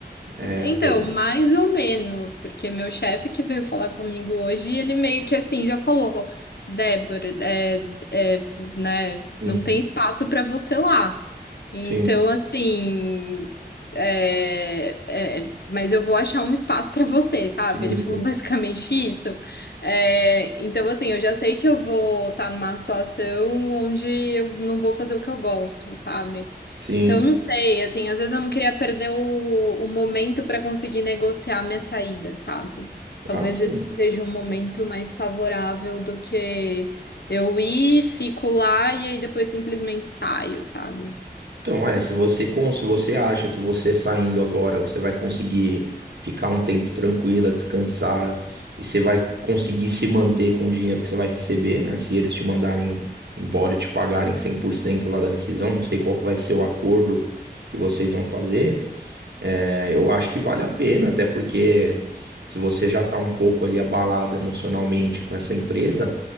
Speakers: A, on the right; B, on the left.
A: É,
B: Então,
A: pe-
B: mais ou menos, porque meu chefe que veio falar comigo hoje, ele meio que assim já falou, Débora, é, é, né,
A: Uhum.
B: não tem espaço para você lá. Então,
A: Sim,
B: assim, é, é, mas eu vou achar um espaço para você, sabe?
A: sim,
B: Ele falou
A: sim.
B: <laughs> basicamente isso. É, então, assim, eu já sei que eu vou estar numa situação onde eu não vou fazer o que eu gosto, sabe?
A: Sim.
B: Então, não sei, assim, às vezes eu não queria perder o, o momento para conseguir negociar minha saída, sabe? Talvez
A: Ah, sim.
B: esse seja um momento mais favorável do que eu ir, fico lá e aí depois simplesmente saio, sabe?
A: Então, é, se você, con- se você acha que você saindo agora, você vai conseguir ficar um tempo tranquila, descansar, e você vai conseguir se manter com o dinheiro que você vai receber, né? Se eles te mandarem embora e te pagarem 100% lá da rescisão, não sei qual que vai ser o acordo que vocês vão fazer, é, eu acho que vale a pena, até porque se você já tá um pouco ali abalado emocionalmente com essa empresa,